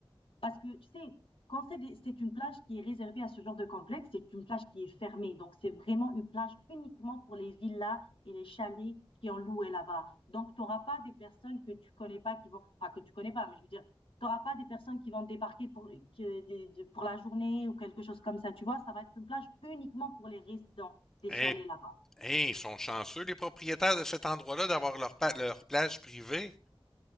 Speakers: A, on the left; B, in the centre.
A: Parce que, tu sais, quand c'est des- c'est une plage qui est réservée à ce genre de complexe, c'est une plage qui est fermée. Donc, c'est vraiment une plage uniquement pour les villas et les chalets qui ont loué là-bas. Donc, tu n'auras pas des personnes que tu connais pas qui vont, enfin, que tu connais pas, mais je veux dire, tu n'auras pas des personnes qui vont débarquer pour, que, des- de- pour la journée ou quelque chose comme ça. Tu vois, ça va être une plage uniquement pour les résidents des
B: Hein,
A: chalets là-bas.
B: hein, ils sont chanceux, les propriétaires de cet endroit-là, d'avoir leur, pa- leur plage privée.